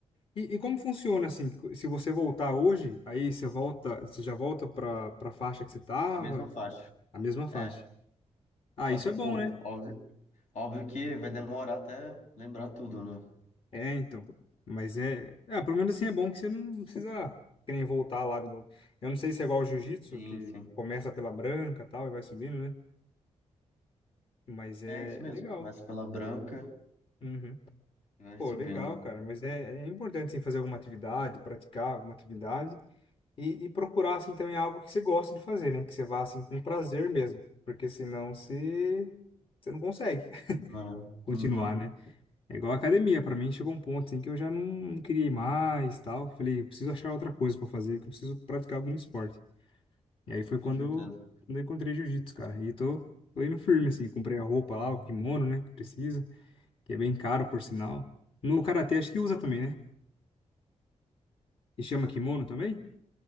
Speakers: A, on the left; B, on the left.
A: E, e como funciona assim? Se você voltar hoje, aí você volta, você já volta pra, pra faixa que você tava?
B: A mesma faixa.
A: A mesma faixa.
B: É.
A: Ah,
B: Só
A: isso
B: que,
A: é
B: pô,
A: bom, né?
B: óbvio, óbvio que vai demorar até lembrar tudo, né?
A: É, então. Mas é. Ah, pelo menos assim é bom que você não precisa que nem voltar lá de novo. Eu não sei se é igual ao jiu-jitsu,
B: Sim,
A: que
B: sim.
A: começa pela branca e tal e vai subindo, né? Mas é
B: É isso mesmo.
A: legal.
B: Começa pela branca
A: Uhum.
B: e vai
A: Pô,
B: subindo.
A: legal, cara. Mas é, é importante assim, fazer alguma atividade, praticar alguma atividade e, e procurar assim também algo que você goste de fazer, né? Que você vá assim com prazer mesmo. Porque senão você, você não consegue <laughs>
B: Demorando.
A: continuar,
B: Uhum,
A: né? É igual a academia, pra mim chegou um ponto assim que eu já não, não queria ir mais, tal. Falei, eu preciso achar outra coisa pra fazer, que eu preciso praticar algum esporte. E aí foi
B: com
A: quando,
B: certeza.
A: quando eu encontrei jiu-jitsu, cara. E tô, tô indo firme assim, comprei a roupa lá, o kimono, né, que precisa, que é bem caro por sinal. No karatê acho que usa também, né? E chama kimono também?